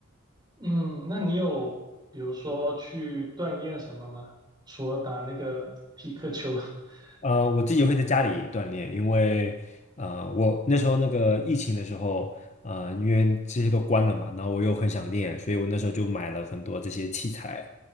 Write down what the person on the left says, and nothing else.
呃，我自己会在家里锻炼，因为呃，我那时候那个疫情的时候，呃，因为这些都关了嘛，然后我又很想练，所以我那时候就买了很多这些器材，